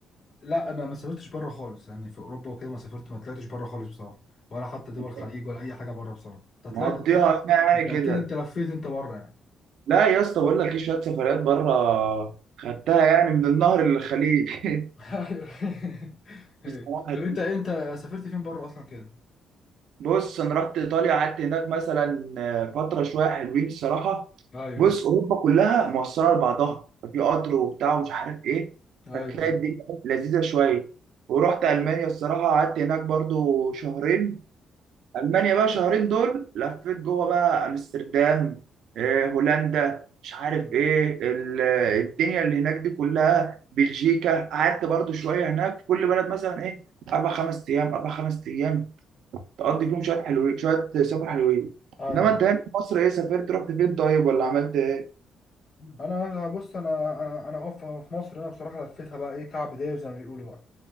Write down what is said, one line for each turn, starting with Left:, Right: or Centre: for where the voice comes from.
Left: لا ما ما سافرتش بره خالص يعني في اوروبا وكده ما سافرت ما طلعتش بره خالص بصراحه ولا حتى دول
Right: انت
Left: الخليج ولا اي حاجه بره بصراحه انت
Right: مقضيها
Left: طلعت انت
Right: هنا يعني
Left: انت اكيد
Right: كده
Left: انت لفيت انت بره يعني.
Right: لا يا اسطى بقول لك ايه شويه سفريات بره خدتها يعني من النهر للخليج <laughs>
Left: ايوه <laughs> أيوة.
Right: بصراحه
Left: طب انت ايه انت سافرت فين بره اصلا كده
Right: بص انا رحت ايطاليا قعدت هناك مثلا آه، فتره شويه حلوين الصراحه
Left: ايوه
Right: بص اوروبا كلها موصله لبعضها ففي قطر وبتاع ومش عارف ايه
Left: ايوه
Right: فتلاقي
Left: ايوه
Right: الدنيا لذيذه شويه ورحت المانيا الصراحه قعدت هناك برضو شهرين المانيا بقى شهرين دول لفيت جوه بقى امستردام آه، هولندا مش عارف
Left: ايوه
Right: ايه ال- الدنيا اللي هناك دي كلها بلجيكا قعدت برضو شويه هناك في كل بلد مثلا ايه اربع خمس ايام اربع خمس ايام تقضي فيهم شويه حلوين شويه سفر حلوين
Left: ايوه
Right: انما انت هنا في مصر ايه سافرت رحت فين طيب ولا عملت ايه
Left: انا أنا- بص انا انا انا اقف في مصر انا بصراحه لفيتها بقى ايه كعب داير زي ما بيقولوا بقى